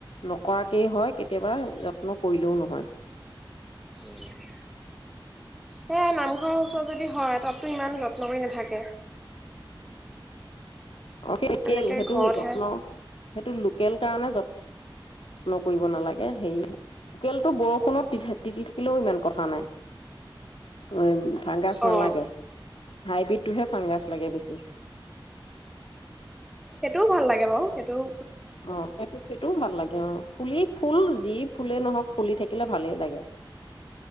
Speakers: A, on the left (about 85°); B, in the centre.
A: নকৰাকেই হয়। কেতিয়াবা যত্ন কৰিলেও নহয়
B: সে নামঘৰৰ ওচৰত যদি হয় তাততো ইমান যত্ন কৰি নাথাকে।
A: অ <unintelligible> সেইটো
B: এনেকে ঘৰতহে
A: যত্ন সেইটো ল লোকেল কাৰণে যতন যত্ন কৰিব নালাগে সে লোকেলটো বৰষুণত তিতি থাকিলেও ইমান কথা নাই। ওম ভাংগাছ
B: অ
A: নালাগে হাইব্ৰীড টোহে ফাংগাছ লাগে বেছি।
B: সেইটোও ভাল লাগে বাৰু সেইটোও
A: অ সেইটো সেইটোও ভাল লাগে অ ফুলি ফুল যি ফুলেই নহওক ফুলি থাকিলে ভালেই লাগে।